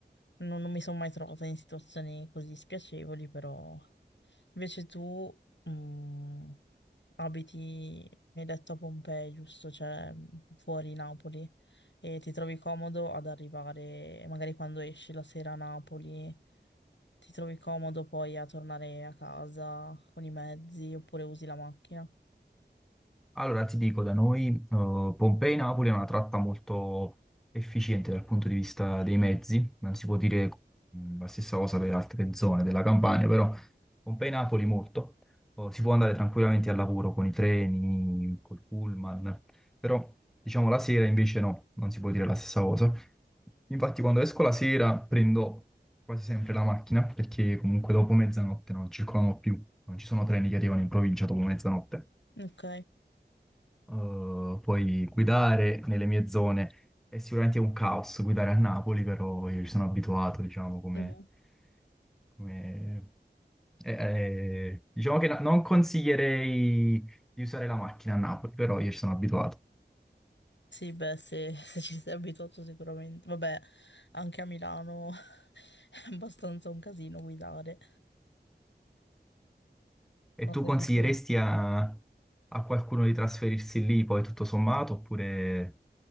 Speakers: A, on the left; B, in the centre.
A: non, non mi sono mai trovata in situazioni così spiacevoli, però invece tu mm, abiti, mi hai detto a Pompei, giusto? Cioè mm, fuori Napoli e ti trovi comodo ad arrivare, magari quando esci la sera a Napoli, ti trovi comodo poi a tornare a casa con i mezzi oppure usi la macchina.
B: Allora ti dico, da noi eh, Pompei-Napoli è una tratta molto efficiente dal punto di vista dei mezzi, non si può dire mh, la stessa cosa per altre zone della Campania, però Pompei-Napoli molto, Oh, si può andare tranquillamente al lavoro con i treni, col pullman, però diciamo la sera invece no, non si può dire la stessa cosa. Infatti quando esco la sera prendo quasi sempre la macchina perché comunque dopo mezzanotte non circolano più, non ci sono treni che arrivano in provincia dopo mezzanotte
A: Ok.
B: eh, poi guidare nelle mie zone è sicuramente un caos guidare a Napoli, però io ci sono abituato, diciamo, come...
A: Mhm.
B: come- eh, eh, diciamo che no- non consiglierei di usare la macchina a Napoli, però io ci sono abituato.
A: Sì, beh, se, <laughs> se ci sei abituato sicuramente. Vabbè, anche a Milano <laughs> è abbastanza un casino guidare.
B: E
A: Ho
B: tu
A: sentito.
B: consiglieresti a, a qualcuno di trasferirsi lì poi tutto sommato, oppure